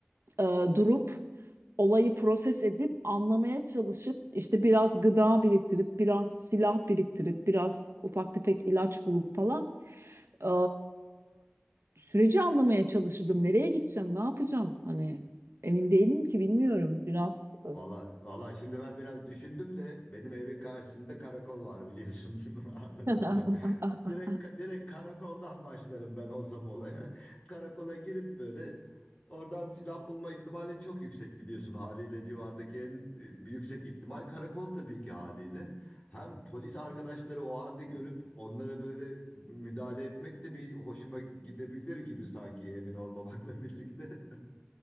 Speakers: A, on the right; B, on the left.
A: e, durup olayı proses edip anlamaya çalışıp işte biraz gıda biriktirip biraz silah biriktirip biraz ufak tefek ilaç bulup falan e, süreci anlamaya çalışırdım. Nereye gideceğim, ne yapacağım? Hani emin değilim ki bilmiyorum. Biraz
B: Valla, valla şimdi ben biraz düşündüm de benim evin karşısında karakol var biliyorsun <laughs> anladın
A: e,
B: mı? Direkt
A: <laughs>
B: direkt karakoldan başlarım ben olsam olaya. Karakola girip böyle oradan silah bulma ihtimalin çok yüksek biliyorsun haliyle civardaki en e, yüksek ihtimal karakol tabii ki haliyle. Hem polis arkadaşları o halde görüp onlara böyle müdahale etmek de bir hoşuma gidebilir gibi sanki emin olmamakla birlikte. <laughs>